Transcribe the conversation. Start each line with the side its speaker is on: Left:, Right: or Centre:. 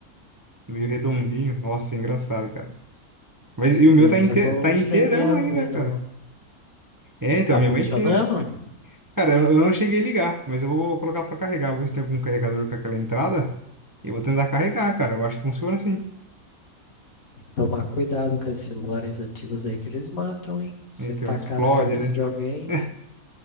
Right: meio redondinho. Nossa, engraçado, cara. Mas e o meu
Left: Esse
Right: tá, inte
Left: eu não
Right: tá inteirão
Left: cheguei a
Right: ainda,
Left: ver,
Right: cara.
Left: não.
Right: É, então,
Left: Tá
Right: minha
Left: funcionando?
Right: mãe teve. Cara, eu, eu não cheguei a ligar, mas eu vou colocar pra carregar. Vou ver se tem algum carregador com aquela entrada. E eu vou tentar carregar, cara. Eu acho que funciona assim.
Left: Tomar cuidado com esses celulares antigos aí que eles matam, hein? Você
Right: Então,
Left: tacar
Right: explode,
Left: na cabeça
Right: né?
Left: de alguém,
Right: <laughs>